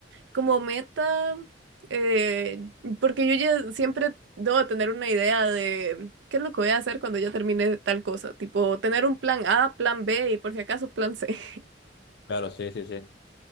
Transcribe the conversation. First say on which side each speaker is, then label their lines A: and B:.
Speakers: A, on the right; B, on the left.
A: como meta, eh, porque yo ya siempre debo tener una idea de qué es lo que voy a hacer cuando ya termine tal cosa, tipo tener un plan A, plan B y por si acaso plan C.
B: claro, sí, sí, sí.